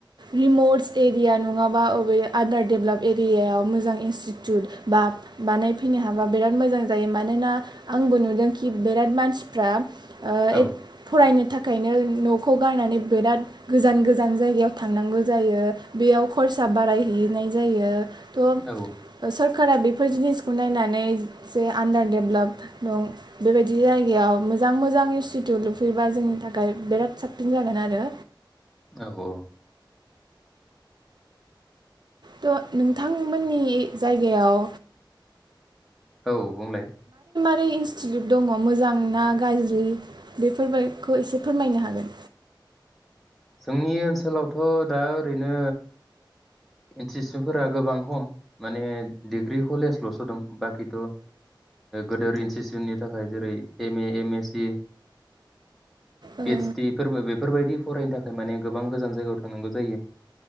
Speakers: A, on the right (about 60°); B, in the centre.
A: रिमट एरिया नङाबा बबे आदार डेभलप एरियायाव मोजां इनस्टिटिउट बा बानायफैनो हाबा बिराद मोजां जायो मानोना आंबो नुदोंखि बिराद मानसिफ्रा ओ
B: औ
A: फरायनो थाखायनो न'खौ गारनानै बिराद गोजान गोजान जायगायाव थांनांगौ जायो बेयाव खरसा बारायहैनाय जायो। थ'
B: औ
A: सोर कारा बेफोर जिनिसखौ नायनानै जे आडार देभलप दं बेबायदि जायगायाव मोजां मोजां इउ सिथु लुफैबा जोंनि थाखाय बिराद साबसिन जागोन आरो।
B: औ औ।
A: थ' नोंथांमोननि जायगायाव
B: औ बुंलाय।
A: ब्रै इन्स्टिटिउट दङ मोजां ना गाज्रि बेफोरफोरखौ एसे फोरमायनो हागोन।
B: जोंनि ओनसोलावथ' दा ओरैनो इन्स्टिटिउटफोरा गोबां खम माने डिग्रि कलेजल'सो दं बाखिथ' गोदोर इनस्टिटिउसनि थाखाय जेरै M A M S C
A: O
B: P ओदस डि फोर बेफोरबायदि फरायनो था खाय माने गोबां गोजान जायगायाव थांनांगौ जायो।